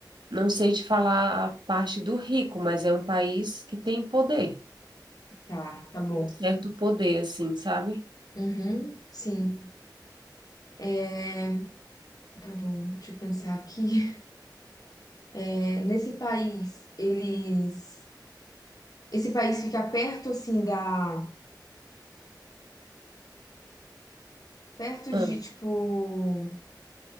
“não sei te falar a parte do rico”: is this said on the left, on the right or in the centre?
Right